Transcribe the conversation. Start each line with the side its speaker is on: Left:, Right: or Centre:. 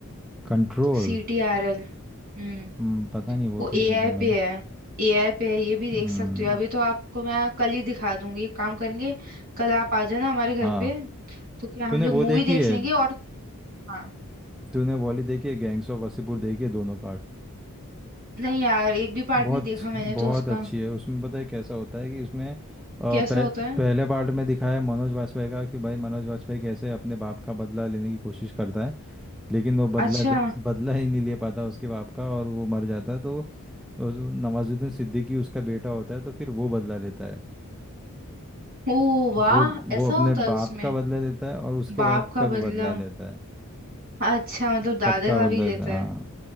Centre: कंट्रोल
Right: C T R L हम्म
Centre: हम्म पता नहीं वो
Right: वो
Centre: तो
Right: एआई
Centre: नहीं देखी
Right: पे
Centre: मैंने
Right: है एआई पे है ये भी देख
Centre: हम्म
Right: सकते हो अभी तो आपको मैं कल ही दिखा दूंगी एक काम करेंगे कल आप आ जाना हमारे घर
Centre: हाँ
Right: पे तो क्या हम
Centre: तूने
Right: लोग
Centre: वो
Right: मूवी
Centre: देखी
Right: देख
Centre: है
Right: लेंगे और हाँ
Centre: तूने वाली देखी है गैंग्स ऑफ वासेपुर देखी है दोनों पार्ट
Right: नहीं यार एक भी पार्ट
Centre: बहुत
Right: नहीं देखा मैंने
Centre: बहुत
Right: तो उसका
Centre: अच्छी है उसमें पता है कैसा होता है कि उसमें अ,
Right: कैसा
Centre: पह,
Right: होता है
Centre: पहले पार्ट में दिखाया है मनोज वाजपेयी का कि भाई मनोज वाजपेयी कैसे अपने बाप का बदला लेने की कोशिश करता है लेकिन वो बदला
Right: अच्छा
Centre: ले बदला ही नहीं ले पाता उसके बाप का और वो मर जाता है तो उस- नवाजुद्दीन सिद्दीकी उसका बेटा होता है तो फिर वो बदला लेता है
Right: ओ वाह
Centre: वो वो
Right: ऐसा
Centre: अपने
Right: होता है
Centre: बाप
Right: उसमें
Centre: का बदला लेता है और उसके
Right: बाप
Centre: बाप
Right: का
Centre: का भी
Right: बदला
Centre: बदला लेता है
Right: अच्छा मतलब दादा
Centre: सबका
Right: का
Centre: बदला
Right: भी लेता
Centre: लेता है हाँ
Right: है